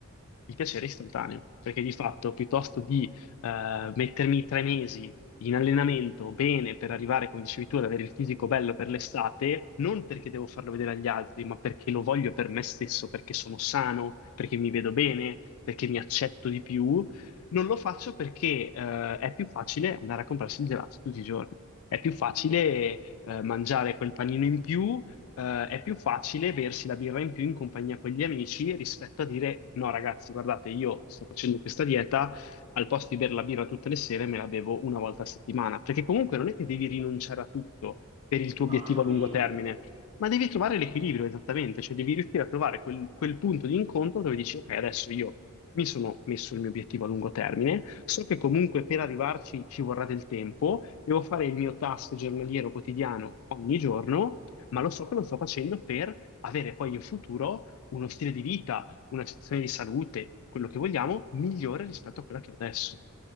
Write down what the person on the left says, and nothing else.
il piacere è istantaneo, perché di fatto piuttosto di eh, mettermi tre mesi in allenamento bene per arrivare, come dicevi tu, ad avere il fisico bello per l'estate, non perché devo farlo vedere agli altri, ma perché lo voglio per me stesso, perché sono sano, perché mi vedo bene, perché mi accetto di più, non lo faccio perché eh, è più facile andare a comprarsi il gelato tutti i giorni. È più facile
eh, mangiare quel panino in più eh, è più facile bersi la birra in più in compagnia con gli amici rispetto a dire no, ragazzi, guardate, io sto facendo questa dieta, al posto di bere la birra tutte le sere me la bevo una volta a settimana, perché comunque non è che devi rinunciare a tutto per il tuo
obiettivo
a lungo termine, ma devi trovare l'equilibrio esattamente, cioè devi riuscire a trovare quel, quel punto di incontro dove dici, ok, adesso io mi sono messo il mio obiettivo a lungo termine, so che comunque per arrivarci ci vorrà del tempo, devo fare il mio task giornaliero quotidiano ogni giorno ma lo so che lo sto facendo per avere poi in futuro uno stile di vita, una situazione di salute, quello che vogliamo, migliore rispetto a quella che ho adesso,